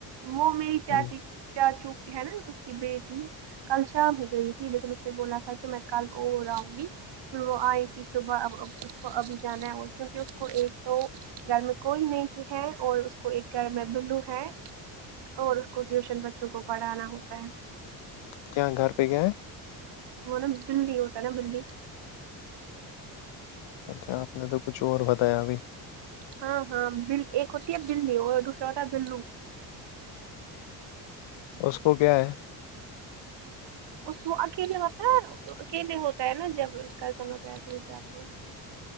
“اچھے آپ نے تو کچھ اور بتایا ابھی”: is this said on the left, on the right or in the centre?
Left